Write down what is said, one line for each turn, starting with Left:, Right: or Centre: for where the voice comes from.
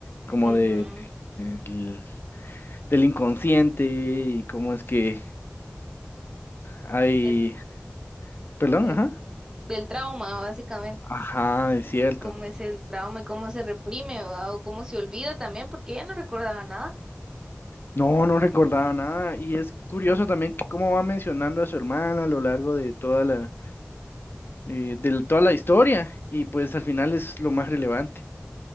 Left: Como
Right: ujú.
Left: de, eh, del del inconsciente y cómo es que hay...
Right: El,
Left: Perdón,
Right: el-
Left: ajá.
Right: del trauma, básicamente,
Left: Ajá, es
Right: de
Left: cierto.
Right: cómo es el trauma y cómo se reprime, ¿verdad? O cómo se olvida también, porque ella no recordaba nada.
Left: No, no recordaba nada. Y es curioso también que cómo va mencionando a su hermana a lo largo de toda la eh, de toda la historia y pues al final es lo más relevante.